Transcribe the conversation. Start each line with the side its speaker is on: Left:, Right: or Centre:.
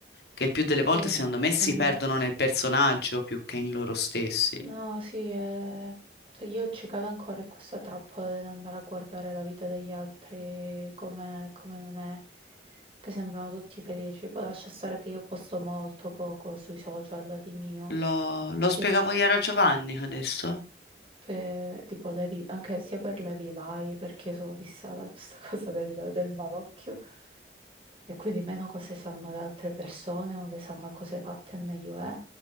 Left: che il più delle
Right: sì,
Left: volte,
Right: è
Left: secondo me, si
Right: vero.
Left: perdono nel personaggio più che in loro stessi.
Right: No, sì, eh, cioè, io ci cado ancora in questa trappola dell'andare a guardare la vita degli altri come, come non è, che sembrano tutti felici. Poi lascia stare che io posto molto poco sui social di mio,
Left: Lo, lo
Right: sia
Left: spiegavo ieri a Giovanni adesso?
Right: per, tipo, le vi- anche sia per le live, perché io sono fissata a questa <laughs> cosa del, del malocchio. E quindi meno cose sanno le altre persone o le sanno cose fatte meglio è,